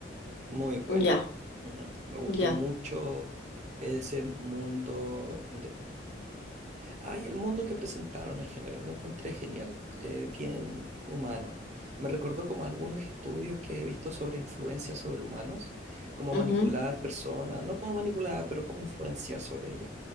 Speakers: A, on the right; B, on the left.
A: muy buena.
B: Ya,
A: Ujú. Me gustó
B: ya,
A: mucho ese mundo Ay, el mundo que presentaron en general lo encontré genial, eh, bien humano. Me recordó como algunos estudios que he visto sobre influencia sobre humanos, cómo
B: ujú,
A: manipular personas, no cómo manipular, pero cómo influenciar sobre ellas.